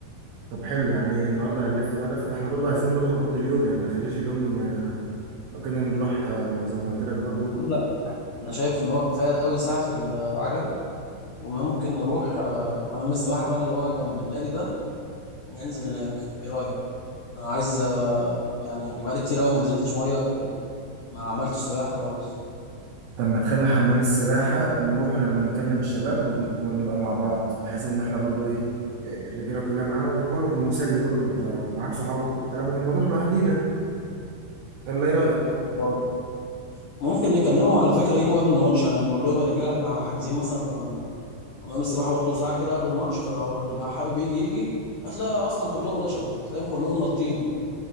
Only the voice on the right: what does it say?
طب حلو يعني النهارده هنلف بقى لفه ده احنا برضه عايزين برضه نقضي اليوم يعني ما نخليش اليوم آه، لو كنا نروح آه، زي ما قلت لك برضو
طب ما تخلي حمام السباحة نروحه لما نكلم الشباب ون- ونبقى مع بعض بحيث ان احنا برضو ايه إيه، الرجالة كلها معانا والموضوع يكون مسلي برضو انت معاك صحابك وبتاع بدل ما نروح لوحدينا الله ايه رأيك؟